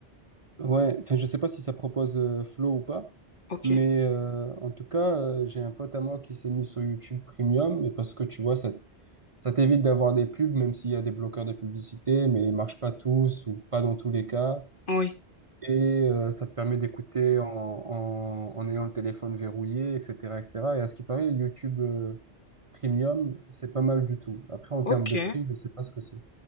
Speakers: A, on the right; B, on the left.
A: ouais, enfin, je sais pas si ça propose euh, Flow ou pas,
B: ok,
A: mais euh, en tout cas, euh, j'ai un pote à moi qui s'est mis sur YouTube Premium, et parce que tu vois, ça, ça t'évite d'avoir des pubs, même s'il y a des bloqueurs de publicité, mais ils marchent pas tous ou pas dans tous les cas.
B: oui,
A: Et euh, ça te permet d'écouter en, en, en ayant le téléphone verrouillé, etc., etc. Et cetera. Et à ce qui paraît, YouTube euh, Premium, c'est pas mal du tout. Après, en
B: ok.
A: termes de prix, je sais pas ce que c'est.